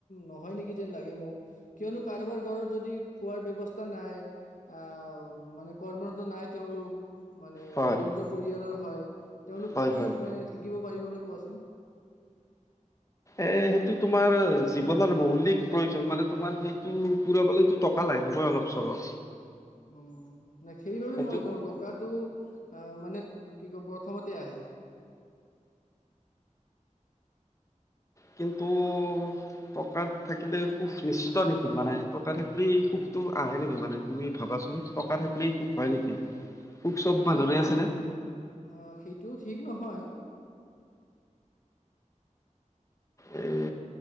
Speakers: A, on the left (about 80°); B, on the left (about 25°).
A: নহয় নেকি। যেন লাগে মোক, কিয়নো কাৰোবাৰ ঘৰত যদি খোৱাৰ ব্যৱস্থা নাই। আ মানে কৰ্মৰত নাই তেওঁলোক। মানে
B: হয়
A: দৰিদ্ৰ পৰিয়ালৰ হয়, তেওঁলোক
B: হয়
A: সুখী
B: হয়
A: মানে থাকিব পাৰিবনে কোৱাচোন?
B: এ সেইটো তোমাৰ জীৱনৰ মৌলিক প্ৰয়োজন। মানে তোমাৰ সেইটো পুৰাবলে টকা লাগিবই অলপ চলপ।
A: <inaudible> উম' নেখেলিবলে
B: সেইটোত
A: মই কওঁ, টকাটো আ মানে কি কয় প্ৰথমতে আহে।
B: কিন্তু। টকাত থাকিলে সুখ নিশ্চিত নেকি, মানে টকা থাকিলেই সুখটো আহে নেকি মানে? তুমি ভাবাচোন টকা থাকিলেই সুখ হয় নেকি। সুখ চব মানুহৰে
A: নাই,
B: আছেনে
A: অ' সেইটোও ঠিক নহয়।
B: এই।